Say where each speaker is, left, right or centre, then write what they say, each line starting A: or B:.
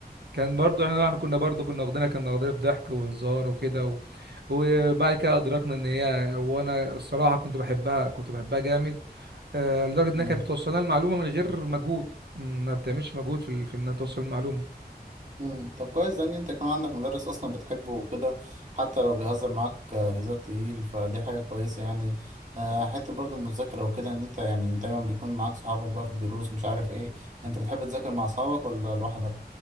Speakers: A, on the right; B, on the right.
A: كان برضو احنا احنا كنا برضو كنا واخدينها كنا واخدينها بضحك وهزار وكده وبعد كده ادركنا ان هي وانا الصراحه كنت بحبها كنت بحبها جامد آه، لدرجه انها
B: <laughs>
A: كانت بتوصلنا المعلومه من غير مجهود م، ما بتعملش مجهود في ال- في انها توصل المعلومه
B: مم. طب كويس ده ان انت يكون عندك مدرس اصلا بتحبه وكده حتى لو بيهزر معاك آه، هزار تقيل فدي حاجه كويسه يعني آه، حته برضو المذاكره وكده ان انت يعني دايما بيكون معاك صحابك بقى في الدروس مش عارف ايه انت بتحب تذاكر مع اصحابك ولا لوحدك